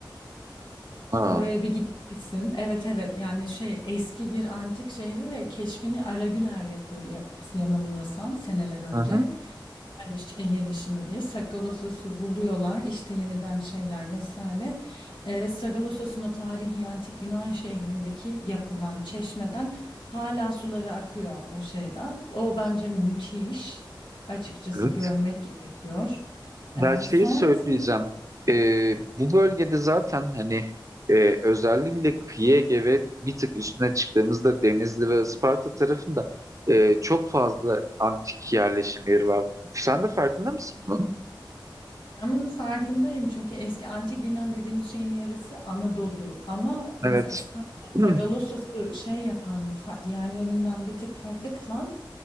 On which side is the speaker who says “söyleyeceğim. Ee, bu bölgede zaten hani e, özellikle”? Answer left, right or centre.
Right